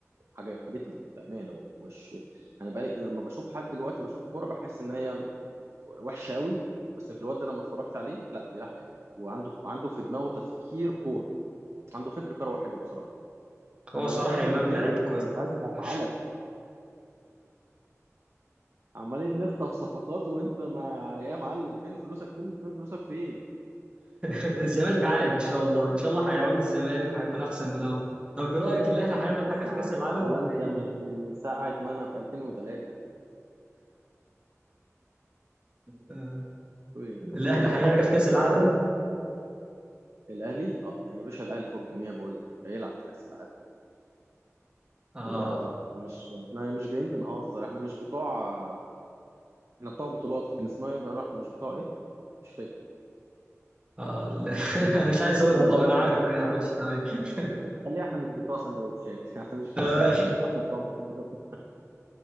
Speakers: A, on the right; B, on the right.
A: عجبتني بامانه مش يعني بقالي يعني لما بشوف حد دلوقتي بشوف كوره بحس ان هي وحشه قوي بس الواد ده لما اتفرجت عليه لا بيلعب حلو وعنده عنده في دماغه تفكير كوره عنده فكر كروي حلو بصراحه ما
B: هو
A: انا
B: صراحة
A: مش عايز
B: إمام
A: اندمك
B: لعيب كويس
A: مش عايز ازعلك
B: <laughs>
A: عمالين نخطف صفقات وانت ما يا معلم فين فلوسك فين فين فلوسك فين
B: الزمالك عائد إن شاء الله إن شاء الله هيعود الزمالك وهيكون أحسن من الأول طب برأيك الأهلي
A: يا عم
B: هيعمل
A: انا بسمع
B: حاجة في كأس العالم
A: الكلام
B: ولا إيه؟
A: ده من من ساعه ما انا في 2003
B: <laughs>
A: تقول ايه
B: الاهلي
A: ايه السؤال
B: هيلعب في كاس العالم
A: الاهلي اه يا باشا الاهلي فوق الجميع بقول لك هيلعب في كاس العالم
B: اه
A: ايه يا عم احنا مش احنا مش جايين بنهزر احنا مش بتوع احنا بتوع بطولات كان اسمها ايه بقى؟ احنا مش بتوع ايه مش فاكر
B: اه لا. <laughs> انا مش عايز اقولها
A: احنا مش
B: طبعا
A: بتوع
B: انا عارف انا مش تمام <laughs>
A: خليها احنا مش بتوع سندوتشات <laughs> احنا مش بتوع
B: آه،
A: سندوتشات احنا بتوع بطولات <laughs>